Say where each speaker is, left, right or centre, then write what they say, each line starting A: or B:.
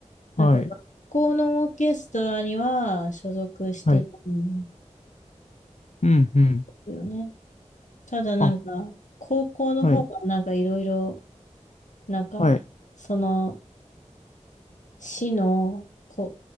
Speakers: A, on the left (about 80°); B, on the left (about 65°).
A: なんか学校のオーケストラには所属してたんで
B: はい。はい。うん、うん。
A: すよね。ただなんか、
B: あ、
A: 高校の方がなんかいろいろ、
B: はい。
A: なんか、
B: はい。
A: その、市の、こ、